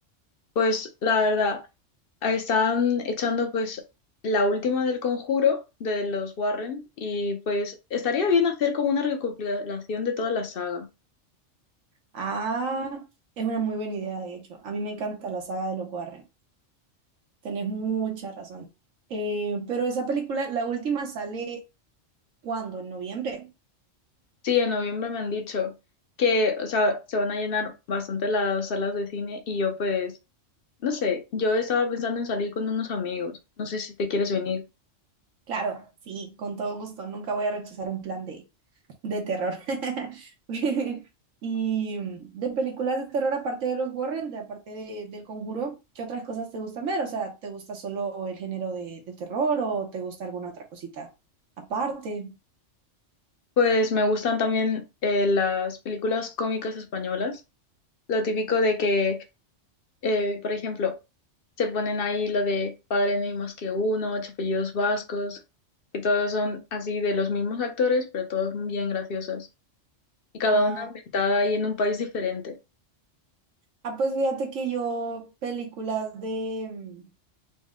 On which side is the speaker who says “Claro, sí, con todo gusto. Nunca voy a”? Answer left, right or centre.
Right